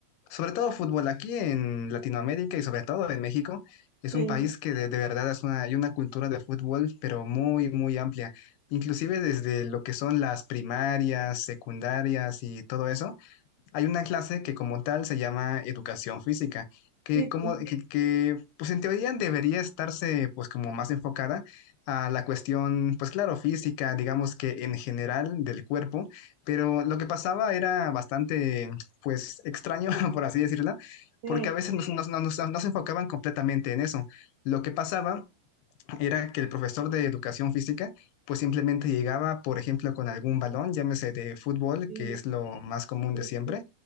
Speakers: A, on the left; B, on the right.
A: sobre todo fútbol aquí en Latinoamérica y sobre todo en México. Es
B: sí,
A: un país que de, de verdad es una, hay una cultura de fútbol, pero muy, muy amplia. Inclusive desde lo que son las primarias, secundarias y todo eso hay una clase que como tal se llama educación física, que
B: sí,
A: como que, que, pues en teoría debería estarse pues como más enfocada a la cuestión, pues claro, física, digamos que en general del cuerpo, pero lo que pasaba era bastante pues extraño, <laughs> por así decirlo,
B: sí,
A: porque a veces nos, nos, nos, nos no se enfocaban completamente en eso. Lo que pasaba era que el profesor de educación física pues simplemente llegaba, por ejemplo, con algún balón, llámese de fútbol,
B: sí,
A: que es lo más común
B: sí,
A: de siempre,
B: sí,